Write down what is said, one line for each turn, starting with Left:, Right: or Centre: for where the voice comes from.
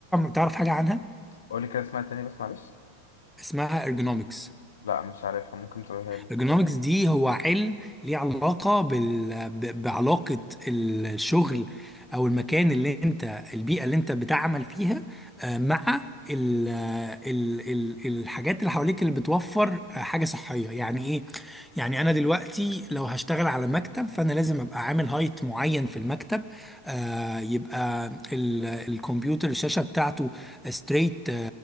Centre: تعرف حاجه عنها
Left: قولي كده اسمها تاني بس معلش
Centre: اسمها ارجونومكس
Left: لا مش عارفها ممكن تقولها لي
Centre: الجنوركس دي هو علم ليه علاقة بال... ب- بعلاقة الشغل أو المكان اللي أنت البيئة اللي أنت بتعمل فيها آه، مع ال... ال... ال... الحاجات اللي حواليك اللي بتوفر آه، حاجة صحية يعني إيه؟ يعني أنا دلوقتي لو هشتغل على مكتب فأنا لازم أبقى عامل هايت معين في المكتب آه، يبقى ال... الكمبيوتر الشاشة بتاعته ستريت